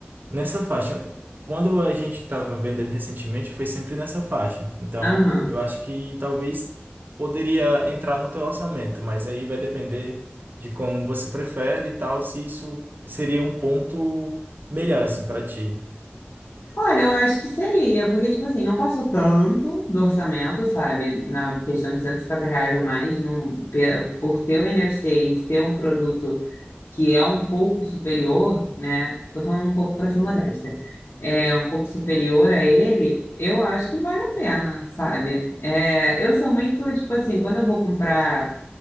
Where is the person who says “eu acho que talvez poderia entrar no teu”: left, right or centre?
Right